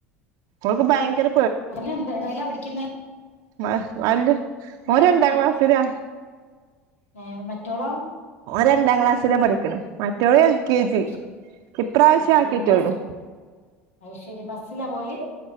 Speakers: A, on the right; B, on the left.
A: ഓക്ക് ഭയങ്കര
B: അല്ല എന്താ എതെല്ലാ പഠിക്കുന്നേ
A: വ വാലിട്
B: വൽ
A: ഓൻ രണ്ടാം
B: വൽ
A: ക്ലാസിലാ
B: ഏഹ് മറ്റോളോ
A: രണ്ടാം ക്ലാസ്സിലാ പഠിക്കണേ മറ്റവൾ എൽ കെ ജി
B: അത് ശ-
A: ഇപ്രാവശ്യം
B: എൽ കെ
A: ആക്കിട്ടോളൂ
B: ജി എന്താ സ്- അത് ശരി ബസ്സിലാ പോവല്